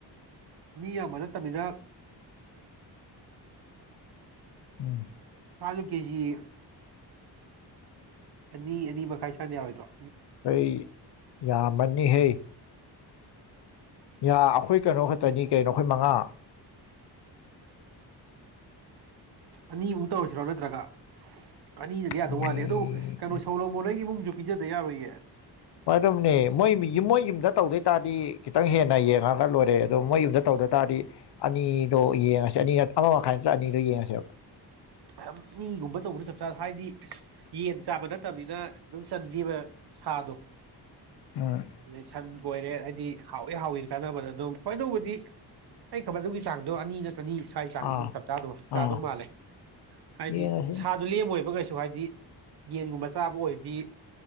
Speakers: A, on the right (about 65°); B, on the left (about 70°).
A: ꯃꯤ ꯌꯥꯝꯕ ꯅꯠꯇꯕꯅꯤꯅ
B: ꯎꯝ
A: ꯁꯥꯗꯨ ꯀꯦꯖꯤ ꯑꯅꯤ ꯑꯅꯤ ꯃꯈꯥꯏ ꯁ꯭ꯋꯥꯏꯅ ꯌꯥꯎꯔꯣꯏꯗ꯭ꯔꯣ
B: ꯍꯩ ꯌꯥꯝꯃꯅꯤ ꯍꯦ ꯌꯥ ꯑꯩꯈꯣꯏ ꯀꯩꯅꯣ ꯈꯛꯇꯅꯤ ꯀꯩꯅꯣ ꯑꯩꯈꯣꯏ ꯃꯉꯥ
A: ꯑꯅꯤꯃꯨꯛ ꯇꯧꯔꯁꯤꯔꯣ ꯑꯗꯨ ꯅꯠꯇ꯭ꯔꯒ ꯑꯅꯤꯅꯗꯤ ꯌꯥꯗꯧ
B: ꯑꯅꯤ
A: ꯃꯥꯜꯂꯦ ꯑꯗꯣ ꯀꯩꯅꯣ ꯁꯣꯂꯣꯃꯣꯟ ꯍꯣꯏ ꯏꯃꯨꯡꯖꯨ ꯄꯤꯖꯗ ꯌꯥꯔꯣꯏꯌꯦ
B: ꯍꯣꯏ ꯑꯗꯨꯝꯅꯦ ꯃꯣꯏ ꯃꯣꯏ ꯌꯨꯝꯗ ꯇꯧꯗꯣꯏ ꯇꯥꯔꯗꯤ ꯈꯤꯇꯪ ꯍꯦꯟꯅ ꯌꯦꯡꯉꯒ ꯂꯣꯏꯔꯦ ꯑꯗꯣ ꯃꯣꯏ ꯌꯨꯝꯗ ꯇꯧ ꯑꯗꯨꯇꯥꯔꯗꯤ ꯑꯅꯤꯗꯣ ꯌꯦꯡꯉꯁꯦ ꯑꯅꯤ ꯑꯃꯥ ꯃꯈꯥꯏ ꯅꯠꯇ꯭ꯔꯒ ꯑꯅꯤꯗꯣ ꯌꯦꯡꯉꯁꯦꯕ
A: ꯑꯥꯝ ꯃꯤꯒꯨꯝꯕ ꯇꯧꯕꯅ ꯆꯞ ꯆꯥ ꯍꯥꯏꯗꯤ ꯌꯦꯟ ꯆꯥꯕ ꯅꯠꯇꯕꯅꯤꯅ ꯑꯗꯨꯝ ꯆꯟꯅꯦꯕ ꯁꯥꯗꯣ
B: ꯎꯝ
A: ꯑꯗꯩ ꯁꯟ ꯀꯣꯏꯔꯦ ꯍꯥꯏꯗꯤ ꯍꯥꯎꯏꯤ ꯍꯥꯎꯏꯤ ꯆꯥꯟꯅꯕꯗ ꯑꯗꯨꯝ ꯍꯣꯏ ꯑꯗꯨꯕꯗꯤ ꯑꯩ ꯑꯗꯨꯒꯤ ꯆꯥꯛꯗꯣ ꯑꯅꯤ ꯅꯇ ꯆꯅꯤ ꯁ꯭ꯋꯥꯏ ꯆꯥꯡꯅꯤ
B: ꯑꯥ
A: ꯑꯗꯨꯝ ꯆꯞ ꯆꯥꯗ ꯆꯥꯗꯧ
B: ꯑꯥ
A: ꯃꯥꯜꯂꯦ ꯍꯥꯏꯗꯤ
B: ꯌꯦꯡꯉꯁꯤ
A: ꯁꯥꯗꯣ ꯂꯦꯝꯃꯣꯏꯕ ꯀꯩꯁꯨ ꯁ ꯍꯥꯏꯗꯤ ꯌꯦꯟꯒꯨꯝꯕ ꯆꯥꯕ ꯑꯣꯏꯔꯗꯤ